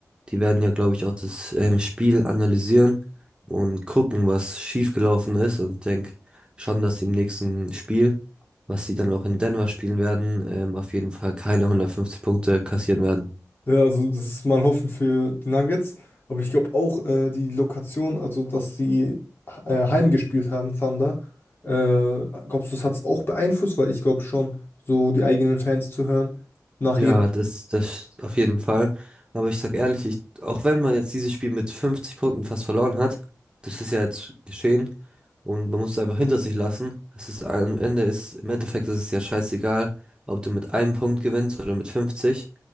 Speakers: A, on the right; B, on the left.
A: Die werden ja, glaube ich, auch das ähm, Spiel analysieren und gucken, was schiefgelaufen ist. Und ich denke schon, dass sie im nächsten Spiel, was sie dann auch in Denver spielen werden, ähm, auf jeden Fall keine 150 Punkte kassieren werden.
B: Ja, also das ist mal Hoffen für die Nuggets, aber ich glaube auch äh, die Lokation, also dass sie äh, heimgespielt haben, Thunder, äh, glaubst du, das hat es auch beeinflusst, weil ich glaube schon, so die eigenen Fans zu hören nach
A: Ja, das, das auf jeden Fall. Aber ich sag ehrlich, ich, auch wenn man jetzt dieses Spiel mit 50 Punkten fast verloren hat, das ist ja jetzt geschehen und man muss es einfach hinter sich lassen. Es ist am Ende ist, im Endeffekt ist es ja scheißegal, ob du mit einem Punkt gewinnst oder mit 50.